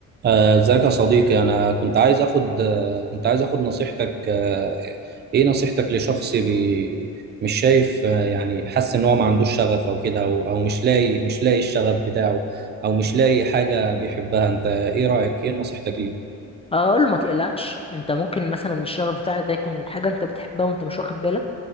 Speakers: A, on the right; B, on the left.
A: آه، ازيك يا صديقي انا كنت عايز اخد آه، كنت عايز اخد نصيحتك آه، ايه نصيحتك لشخص بي مش شايف آه، يعني حاسس ان هو ما عندوش شغف او كده او او مش لاقي مش لاقي الشغف بتاعه او مش لاقي حاجة بيحبها انت ايه رأيك ايه نصيحتك ليه
B: اقول له ما تقلقش انت ممكن مثلا الشغف بتاعك ده يكون حاجه انت بتحبها وانت مش واخد بالك